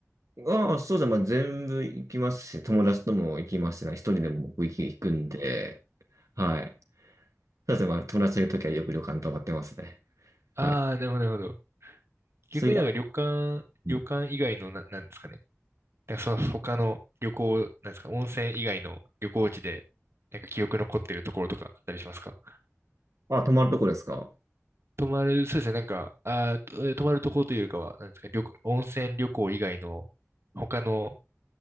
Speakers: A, on the right (about 85°); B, on the right (about 55°).
A: まあ、そうですね。まあ、全部行きますし、友達とも行きますし、一人でも僕行き行くんで、はい。そうですね。まあ、友達といるときはよく旅館泊まってますね。
B: ああー、
A: はい。
B: なるほど、なるほど。逆になんか旅館、
A: そういう意味では、
B: 旅館以外のな、
A: うん
B: なんですかね。なんかその他の旅行、なんですか、温泉以外の旅行地で、なんか記憶残ってるところとかあったりしますか
A: あ、泊まるとこですか
B: 泊まる、そうですね、なんか、あー、とえー泊まるところというよりかは、なんですか、旅行、温泉旅行以外の他の